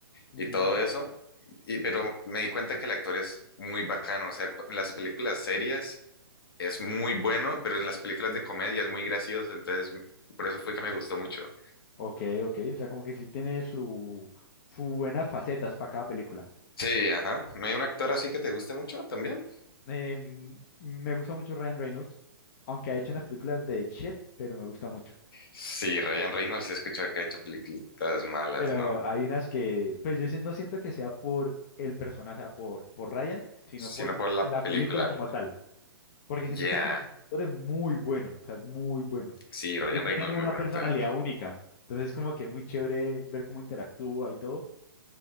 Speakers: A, on the left; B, on the left.
A: Ujú.
B: y todo eso. Y, pero me di cuenta que el actor es muy bacano, o sea, cu- en las películas serias es muy bueno, pero en las películas de comedia es muy gracioso, entonces por eso fue que me gustó mucho.
A: Ok, ok. O sea, como que sí tiene su, su buenas facetas para cada película.
B: Sí, ajá. ¿No hay un actor así que te guste mucho también?
A: Em, me gusta mucho Ryan Reynolds, aunque ha hecho unas películas de shit, pero me gusta mucho.
B: Sí, Ryan Reynolds, sí he escuchado que ha hecho películas malas,
A: Pero
B: ¿no?
A: hay unas que, pues yo sí no siento que sea por el personaje, o sea, por, por Ryan, sino
B: Sino
A: por
B: por la
A: la
B: película.
A: película como tal. Porque
B: Ya,
A: siento que como actor es muy bueno, o sea, es muy bueno.
B: Sí, Ryan
A: Y tiene
B: Reynolds es muy
A: una
B: buen
A: personalidad
B: actor.
A: única. Entonces, como que es muy chévere ver cómo interactúa y todo.